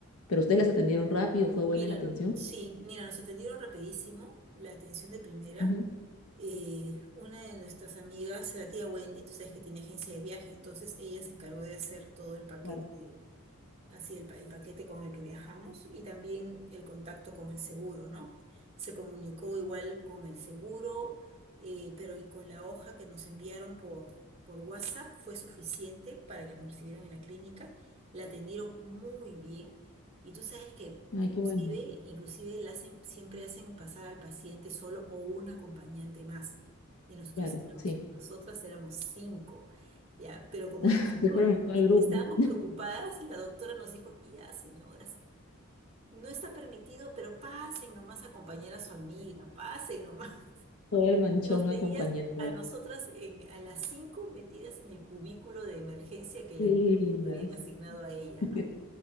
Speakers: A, on the left; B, on the right.
A: Pero ustedes las atendieron rápido, ¿fue buena
B: Mira,
A: la atención?
B: no- sí, mira, nos atendieron rapidísimo, la atención de primera.
A: Ujú,
B: eh, una de nuestras amigas, la tía Wendy, tú sabes que tiene agencia de viaje, entonces ella se encargó de hacer todo el paquete
A: Claro.
B: así el, pa- el paquete con el que viajamos y también el contacto con el seguro, ¿no? Se comunicó igual con el seguro, eh, pero y con la hoja que nos enviaron por, por WhatsApp fue suficiente para que nos recibieran en la clínica. La atendieron muy bien. Y tú sabes que
A: Ay,
B: inclusive,
A: qué bueno.
B: inclusive la hacen, siempre hacen pasar al paciente solo o un acompañante más. Y nosotros
A: Claro,
B: éramos,
A: sí.
B: nosotras éramos cinco, ¿ya? Pero como
A: <laughs>
B: las cinco
A: Se fueron en todo el grupo,
B: Estábamos
A: <laughs>
B: preocupadas y la doctora nos dijo, ya, señoras, no está permitido, pero pasen nomás a acompañar a su amiga, pasen nomás. <laughs>
A: todo el manchón
B: Y nos veías
A: acompañando
B: a nosotras en, a las cinco metidas en el cubículo de emergencia que le
A: Qué lindas.
B: habían, le habían asignado
A: <laughs>
B: a ella,
A: Qué
B: ¿no?